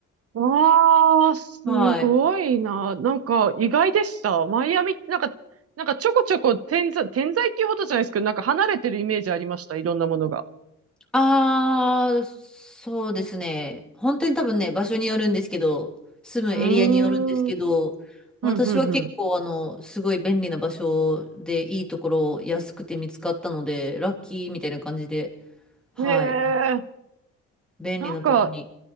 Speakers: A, on the right; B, in the centre.
A: わあ、すごいな。
B: はい。
A: なんか意外でした。マイアミってなんか、なんかちょこちょこ点在、点在っていうほどじゃないですけど、なんか離れてるイメージありました。いろんなものが。
B: ああ、そうですね。本当に多分ね、場所によるんですけど、住むエリアによるんですけど、
A: うーん。うん、
B: 私は結構あの、
A: うん、
B: すごい便利な場所でいいところ安くて見つかったので、ラッキーみたいな感じで、はい。
A: うん。へえ。
B: 便利なとこに
A: なんか、